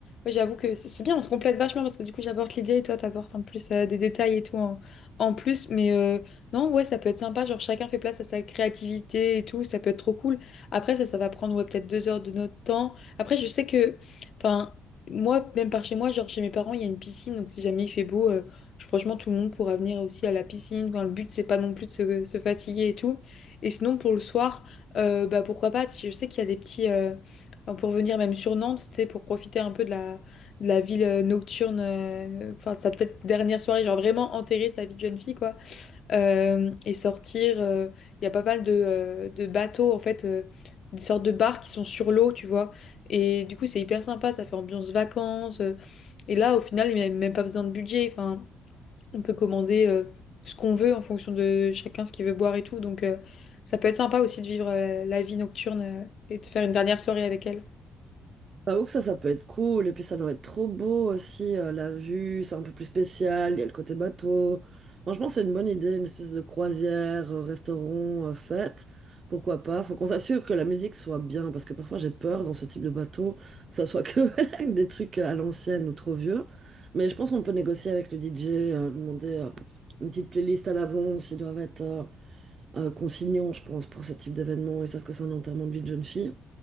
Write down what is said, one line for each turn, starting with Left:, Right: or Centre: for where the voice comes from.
Left: ouais, j'avoue que c'est c'est bien, on se complète vachement parce que du coup, j'apporte l'idée et toi, t'apportes en plus euh, des détails et tout en, en plus. Mais euh, non, ouais, ça peut être sympa. Genre, chacun fait place à sa créativité et tout. Ça peut être trop cool. Après, ça, ça va prendre ouais, peut-être deux heures de notre temps. Après, je sais que... Enfin, moi, même par chez moi, genre chez mes parents, il y a une piscine. Donc, si jamais il fait beau, euh, je- franchement, tout le monde pourra venir aussi à la piscine. Enfin, le but, c'est pas non plus de se, se fatiguer et tout. Et sinon, pour le soir, euh, bah, pourquoi pas? Je sais qu'il y a des petits... euh, Enfin, pour venir même sur Nantes, tu sais, pour profiter un peu de la, de la ville euh, nocturne, euh, enfin, de sa peut-être dernière soirée, genre vraiment enterrer sa vie de jeune fille, quoi. Euh, et sortir, euh, il y a pas mal de, euh, de bateaux, en fait, euh, des sortes de bars qui sont sur l'eau, tu vois. Et du coup, c'est hyper sympa, ça fait ambiance vacances. euh. et là, au final, il n'y a même pas besoin de budget. Enfin, on peut commander euh, ce qu'on veut en fonction de chacun, ce qu'il veut boire et tout. Donc, euh, ça peut être sympa aussi de vivre euh, la vie nocturne euh, et de faire une dernière soirée avec elle.
Right: J'avoue que ça, ça peut être cool. Et puis, ça doit être trop beau aussi. euh, la vue, c'est un peu plus spécial. Il y a le côté bateau. Franchement, c'est une bonne idée. Une espèce de croisière, euh, restaurant, euh, fête. Pourquoi pas? Faut qu'on s'assure que la musique soit bien. Parce que parfois, j'ai peur dans ce type de bateau que ça soit que <laughs> des trucs à l'ancienne ou trop vieux. Mais je pense qu'on peut négocier avec le DJ, euh, demander euh, une petite playlist à l'avance. Ils doivent être euh, euh, consignants, je pense, pour ce type d'événement. Ils savent que c'est un enterrement de vie de jeune fille.